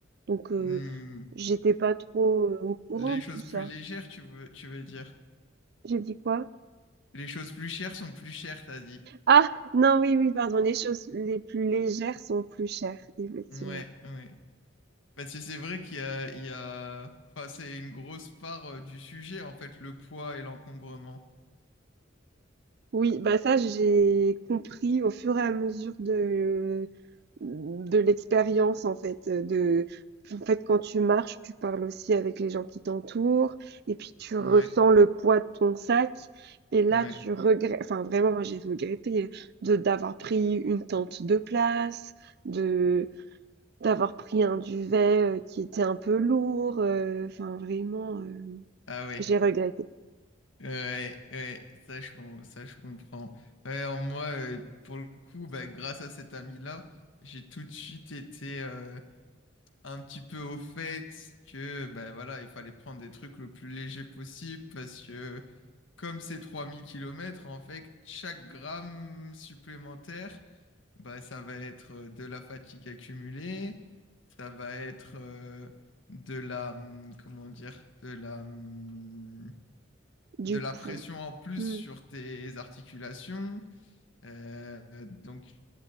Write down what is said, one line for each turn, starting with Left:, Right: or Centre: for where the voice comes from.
Right: Donc heu,
Left: Hmm,
Right: j'étais pas trop, heu, au courant
Left: Les
Right: de
Left: choses
Right: tout ça.
Left: plus légères, tu veux, tu veux dire?
Right: J'ai dit quoi?
Left: Les choses plus chères sont plus chères, t'as dit.
Right: Ah! Non, oui, oui, pardon, les choses les plus légères sont plus chères, effectivement.
Left: Ouais, ouais. Parce que c'est vrai qu'il y a, il y a... Enfin, c'est une grosse part euh, du sujet, en fait, le poids et l'encombrement.
Right: Oui, bah ça j'ai compris au fur et à mesure de de l'expérience en fait de en fait quand tu marches, tu parles aussi avec les gens qui t'entourent et puis tu ressens
Left: Ouais.
Right: le poids de ton sac et là
Left: Ouais.
Right: tu regrettes enfin vraiment moi j'ai regretté de d'avoir pris une tente de place, de d'avoir pris un duvet euh, qui était un peu lourd, euh, enfin vraiment euh,
Left: Ah ouais,
Right: j'ai regretté.
Left: ouais, ouais, ça je, com- ça je comprends. Ouais, en moi, euh, pour le coup, bah, grâce à cet ami-là, j'ai tout de suite été euh, un petit peu au fait que bah, voilà, il fallait prendre des trucs le plus léger possible parce que comme c'est 3000 kilomètres en fait, chaque gramme supplémentaire, bah, ça va être euh, de la fatigue accumulée, ça va être euh, de la, hum, comment dire, de la... hum,
Right: Du
Left: de la
Right: coup,
Left: pression en plus
Right: hmm.
Left: sur tes articulations. Euh, donc,